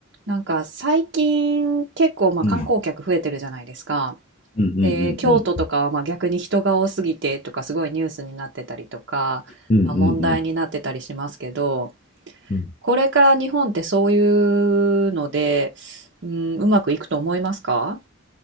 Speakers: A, on the right; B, on the left.
A: なんか最近結構まあ観光客増えてるじゃないですか。
B: うん。うんうんうんうん。
A: で、京都とかはまあ逆に人が多すぎてとかすごいニュースになってたりとか、
B: うんうんうん。
A: まあ、問題になってたりしますけど、
B: うん。
A: これから日本ってそういうので、うん、うまくいくと思いますか